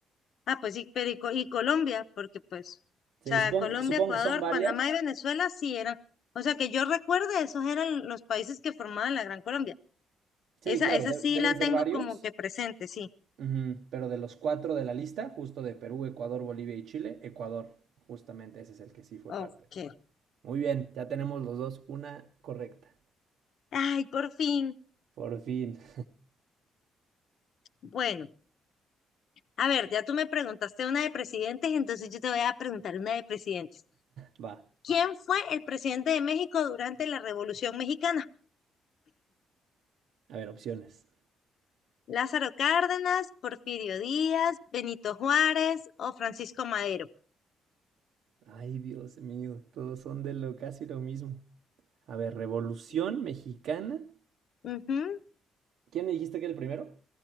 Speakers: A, on the left (about 65°); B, on the right (about 80°).
A: ah, pues sí, pero y, Co- y Colombia, porque pues,
B: Sí,
A: o sea,
B: supongo
A: Colombia,
B: que, supongo
A: Ecuador,
B: que son varias.
A: Panamá y Venezuela sí eran. O sea, que yo recuerde, esos eran los países que formaban la Gran Colombia.
B: Sí,
A: Esa,
B: claro,
A: esa
B: de-
A: sí
B: deben
A: la
B: ser
A: tengo
B: varios.
A: como que presente, sí.
B: Ujú, Pero de los cuatro de la lista, justo de Perú, Ecuador, Bolivia y Chile, Ecuador, justamente ese es el que sí fue
A: Ok.
B: parte de. Muy bien, ya tenemos los dos una correcta.
A: Ay, por fin.
B: Por fin. <laughs>
A: Bueno, a ver, ya tú me preguntaste una de presidentes, entonces yo te voy a preguntar una de presidentes.
B: Va.
A: ¿Quién fue el presidente de México durante la Revolución Mexicana?
B: A ver, opciones.
A: ¿Lázaro Cárdenas, Porfirio Díaz, Benito Juárez o Francisco Madero?
B: Ay, Dios mío, todos son de lo casi lo mismo. A ver, Revolución Mexicana.
A: Ujú.
B: ¿Quién me dijiste que era el primero?